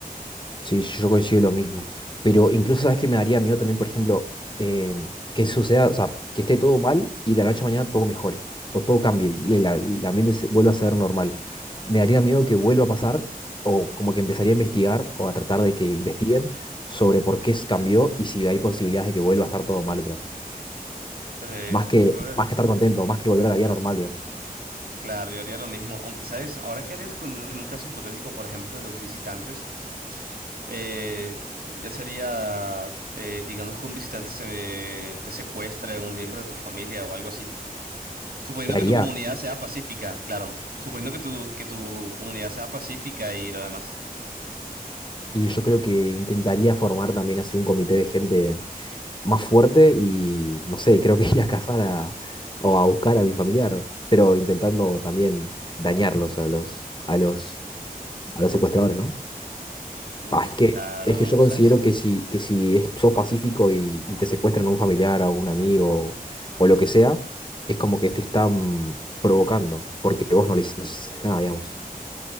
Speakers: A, on the left (about 30°); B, on the right (about 75°).
A: Sí, yo coincido lo mismo. Pero incluso, ¿sabes que me daría miedo también, por ejemplo, eh, que suceda, o sea, que esté todo mal y de la noche a mañana todo mejore o todo cambie y el, a- el ambiente se- vuelva a ser normal? Me daría miedo que vuelva a pasar o como que empezaría a investigar o a tratar de que investiguen sobre por qué se cambió y si hay posibilidades de que vuelva a estar todo mal otra vez.
B: Eh,
A: Más
B: yo
A: que,
B: creo
A: más
B: que-
A: que estar contento, más que volver a la vida normal, digamos.
B: claro, yo haría lo mismo, aunque, ¿sabes? Ahora, ¿qué harías con, en un caso hipotético, por ejemplo, de los visitantes? Eh, ya sería, eh, digamos que un visitante se, te secuestre un miembro de tu familia o algo así. Suponiendo
A: ¿Qué haría?
B: que tu comunidad sea pacífica, claro. Suponiendo que tu, que tu comunidad sea pacífica y lo demás.
A: Y yo creo que intentaría formar también así un comité de gente más fuerte y no sé, creo que <laughs> ir a cazar a, o a buscar a mi familiar, pero intentando también dañarlos a los, a los, a los secuestradores, ¿no?
B: Uf,
A: Ah, es que,
B: claro,
A: es que yo considero
B: ¿sabes?
A: que si, que si es- sos pacífico y, y te secuestran a un familiar, a un amigo o lo que sea, es como que te están provocando, porque vos no le hic- no hiciste nada, digamos.